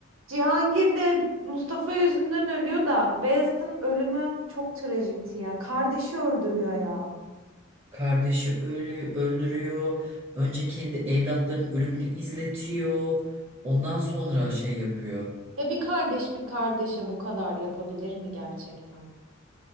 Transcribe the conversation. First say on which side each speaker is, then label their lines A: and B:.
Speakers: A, on the right (about 80°); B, on the right (about 30°).
A: Cihangir de Mustafa yüzünden ölüyor da Beyazıt'ın ölümü çok trajikti ya. Kardeşi öldürüyor ya.
B: Kardeşi ölü öldürüyor. Önce kendi evlatlarının ölümünü izletiyor. Ondan sonra şey yapıyor.
A: Ya bir kardeş bir kardeşe bu kadar yapabilir mi gerçekten?